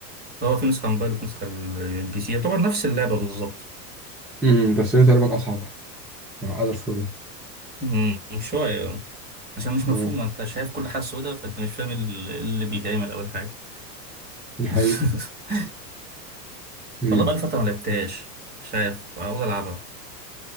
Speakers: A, on the right (about 20°); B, in the centre.
A: هو في نسخة موبايل وفي نسخة البي سي يعتبر نفس اللعبة بالظبط
B: مم. بس هي تقريبا أصعب أقل شوية
A: مم، شوية آه. عشان مش
B: اه
A: مفهومة أنت شايف كل حاجة سودة فأنت مش فاهم ال- اللي بيتعمل أول حاجة
B: دي حقيقة
A: <laughs>
B: مم.
A: والله بقالي فترة ما لعبتهاش مش عارف عاوز ألعبها